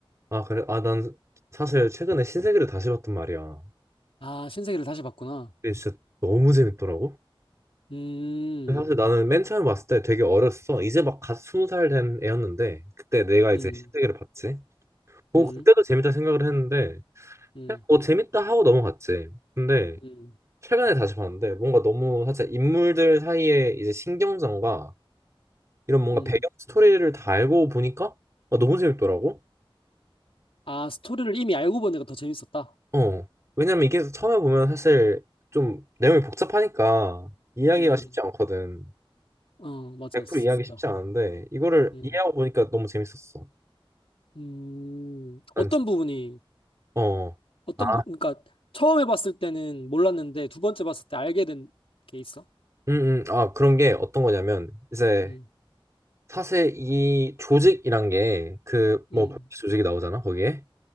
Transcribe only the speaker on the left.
아, 신세계를 다시 봤구나.
음,
음,
음,
음,
음,
음.
아, 스토리를 이미 알고 보니까 더 재밌었다.
음,
어, 맞았어.
맞아.
음,
음,
어떤
부분이
어떤
부- 그러니까 처음에 봤을 때는 몰랐는데 두 번째 봤을 때 알게 된 게 있어?
음,
음,